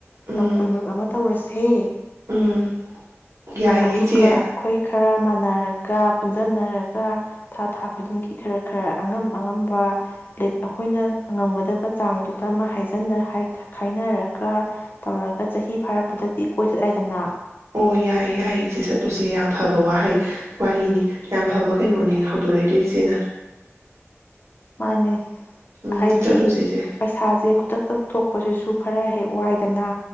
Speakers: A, on the right (about 70°); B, on the left (about 45°).
A: ꯎꯝ
B: ꯂꯝꯀꯣꯏ ꯃꯔꯨꯞ ꯑꯃ ꯇꯧꯔꯁꯦ
A: ꯎꯝ ꯌꯥꯏꯌꯦ
B: ꯑꯗꯨꯒ
A: ꯏꯆꯦ
B: ꯑꯈꯣꯏ ꯈꯔ ꯃ ꯅꯔꯒ ꯄꯨꯟꯖꯟꯅꯔꯒ ꯊꯥ ꯊꯥ ꯈꯨꯗꯤꯡꯒꯤ ꯈꯔ ꯈꯔ ꯑꯉꯝ ꯑꯉꯝꯕ ꯂꯦꯞ ꯑꯈꯣꯏꯅ ꯉꯝꯒꯗꯕ ꯆꯥꯡꯗꯨꯃ ꯍꯥꯏ <unintelligible> ꯍꯥꯏ ꯈꯥꯏꯅꯔꯒ ꯇꯧꯔꯒ ꯆꯍꯤ ꯐꯥꯔꯛꯄꯗꯗꯤ ꯀꯣꯏ ꯆꯠ ꯌꯥꯏꯗꯅ
A: ꯑꯣ ꯌꯥꯏ ꯌꯥꯏ ꯏꯆꯦ ꯆꯠꯂꯨꯖꯦ ꯌꯥꯝ ꯐꯕ ꯋꯥꯍꯩ ꯋꯥꯔꯤꯅꯤ ꯌꯥꯝ ꯐꯕ ꯀꯩꯅꯣꯅꯤ ꯍꯧꯗꯣꯔꯛꯏꯗꯣ ꯏꯆꯦꯅ꯫
B: ꯃꯥꯟꯅꯦ
A: ꯎꯝ
B: ꯍꯥꯏꯗꯤ
A: ꯆꯠꯂꯨꯁꯦ ꯏꯆꯦ
B: ꯄꯩꯁꯥꯖꯦ ꯈꯨꯗꯛꯇ ꯄꯨꯊꯣꯛꯄꯖꯤꯁꯨ ꯈꯔ ꯍꯦꯛ ꯋꯥꯏꯗꯅ